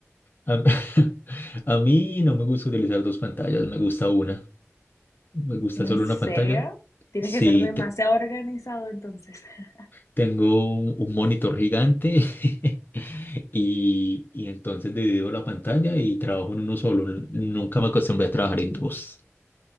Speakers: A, on the left (about 40°); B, on the left (about 80°).
A: A, <laughs> a mí no me gusta utilizar dos pantallas, me gusta una. Me gusta
B: ¿En
A: solo
B: serio?
A: una pantalla
B: Tienes
A: Sí,
B: que ser demasiado
A: te-
B: organizado entonces. <laughs>
A: tengo un, un monitor gigante <laughs> y, y entonces divido la pantalla y trabajo en uno solo. N- Nunca me acostumbré a trabajar en dos.